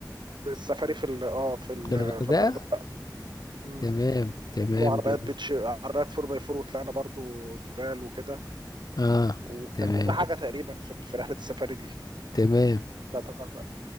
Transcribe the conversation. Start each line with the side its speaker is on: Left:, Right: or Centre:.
Right: في السفاري في ال- اه في ال-
Left: في الغردقة
Right: في الغردقه مم.
Left: تمام تمام
Right: وعربيات
Left: جميل
Right: بيتش عربيات 4 باي 4 وطلعنا برضو جبال وكده
Left: اه
Right: وكان
Left: تمام
Right: كل حاجه تقريبا في في رحله السفاري دي
Left: تمام
Right: بتاعت الغردقه